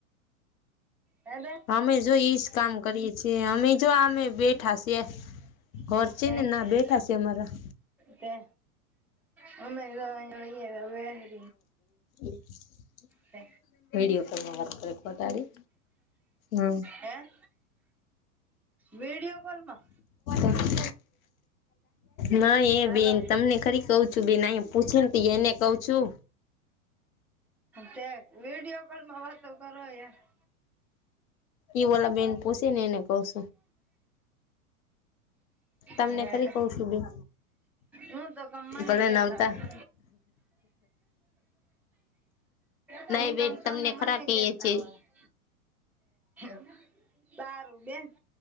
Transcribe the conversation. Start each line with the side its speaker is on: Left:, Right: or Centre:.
Centre: હે બેન
Left: અમે જો ઈજ કામ કરીએ છીએ અમે જો આ અમે બેઠા સીએ. ઘર
Centre: તમે
Left: છે ને
Centre: હે
Left: ના બેઠા સી અમારા.
Centre: તે અમે તો <inaudible>
Left: <inaudible>
Centre: તે
Left: વિડીયો કોલમાં વાત કરે ખોટાડી. હમ
Centre: એે વિીડિયો કોલમાં?
Left: અખ- - ના એ
Centre: હાલો
Left: બેન તમને ખરી કવ છું બેન અહી પૂછે ને એને કઉ છું.
Centre: તે વિડિયો કોલમાં વાત કરો હ- -
Left: એવેલા બેન પૂસીી ન એને કૌસ. તમને
Centre: હા
Left: ખરી
Centre: હ-
Left: કઉ છું બેન
Centre: - હું તો કમમાં
Left: ભલે
Centre: ન કેતા
Left: નવતા
Centre: હું. હમ
Left: નહી બેન
Centre: તમે
Left: તમને
Centre: મને
Left: ખરા કહીએ
Centre: કેતા
Left: છીએ
Centre: હોય- - સારું બે- -